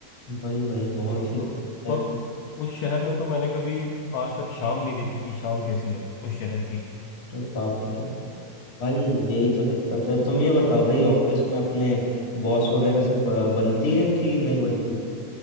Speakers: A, on the left; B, on the left.
A: भाई भाई बहुत
B: हम्म
A: ही
B: तो
A: दिक्कत है।
B: और उस शहर में तो मैंने कभी आज तक शाम नहीं देखी कि शाम कैसी है उस शहर की
A: अरे बाप रे भाई यही तो दिक्कत है तुम ये बताओ भाई ऑफिस में अपने बॉस वगैरह से ब- बनती है कि नहीं बनती